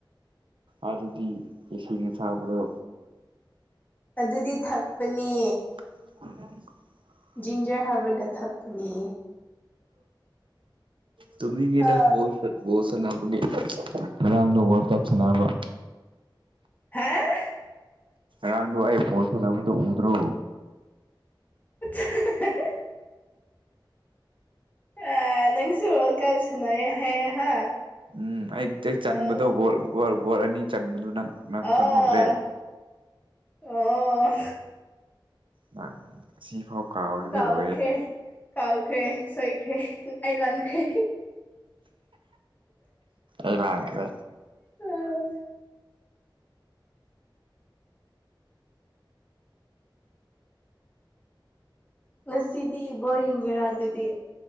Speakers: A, on the right; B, on the left.
A: ꯑꯗꯨꯗꯤ ꯏꯁꯤꯡꯅ ꯁꯥꯥꯕꯗꯣ
B: ꯑꯗꯨꯗꯤ ꯊꯛꯄꯅꯦ
A: ꯑ
B: ꯖꯤꯟꯖꯔ ꯍꯥꯞꯕꯔꯒ ꯊꯛꯄꯅꯦ
A: ꯇꯃꯤꯒꯦꯅꯣ
B: ꯑ
A: ꯁꯣꯁꯅꯄꯒꯦ ꯉꯔꯥꯡꯗ ꯋꯥꯔꯜ ꯀꯞ ꯁꯥꯟꯅꯕ
B: ꯍꯥꯥ
A: ꯔꯥꯡꯗꯨ ꯑꯩ ꯄꯣꯜ ꯁꯟꯅꯕꯗꯨ ꯎꯗ꯭ꯔꯣ
B: <inaudible> ꯑ ꯅꯪꯁꯨ ꯋ <inaudible> ꯍꯥꯏꯌꯦ ꯍꯥ
A: ꯎꯝ ꯑꯩ ꯑꯩ ꯆꯟꯕꯗꯣ
B: ꯑꯧ
A: ꯒꯣꯣꯔ ꯑꯅꯤ ꯆꯟꯕꯗꯨ ꯅꯪ ꯅꯪ
B: ꯑ
A: ꯈꯪꯍꯧꯗ꯭ꯔꯦ
B: ꯑꯣ
A: ꯅꯪ ꯁꯤꯐꯥꯎ ꯀꯥꯎꯔꯗꯤ
B: ꯀꯥꯎꯈ꯭ꯔꯦ
A: ꯂꯣꯏꯔꯦ
B: ꯀꯥꯎꯈ꯭ꯔꯦ ꯁꯣꯏꯈ꯭ꯔꯦ ꯑꯩ ꯂꯪꯈ꯭ꯔꯦ
A: ꯑꯦꯃꯇꯦ
B: ꯎꯝ ꯉꯁꯤꯗꯤ ꯏꯕꯣ ꯌꯦꯡꯒꯦꯔꯥ ꯑꯗꯨꯗꯤ